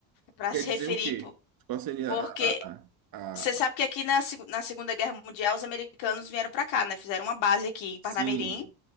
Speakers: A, on the left; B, on the right.
A: para
B: Quer
A: se
B: dizer
A: referir,
B: o quê?
A: po-
B: Qual seria
A: porque
B: a... a, a,
A: você sabe
B: a...
A: que aqui na, segu- na Segunda Guerra Mundial os americanos vieram para cá, né? Fizeram uma base aqui em Parnamirim.
B: Sim.